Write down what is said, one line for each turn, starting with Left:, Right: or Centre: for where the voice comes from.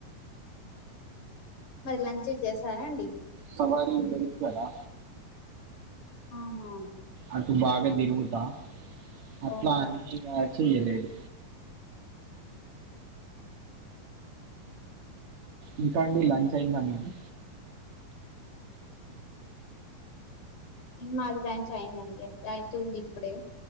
Left: మరి లంచ్ చేసారా అండి
Right: తవరి ఇంటుంట్ వాలా
Left: ఆహా
Right: అటు బాగా తిరుగుతా అట్లా
Left: ఓహో
Right: అని ఇగ చేయలేదు ఇంకా అండి లంచ్ అయిందా మీకు
Left: ఇన్ మాది లంచ్ అయిందండి అయితుంది ఇప్పుడే